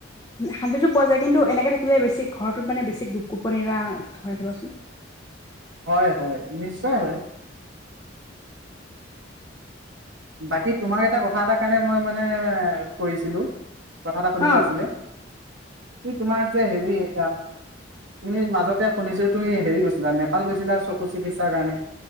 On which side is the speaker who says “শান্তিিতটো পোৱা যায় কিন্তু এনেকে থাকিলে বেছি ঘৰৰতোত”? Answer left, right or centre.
Left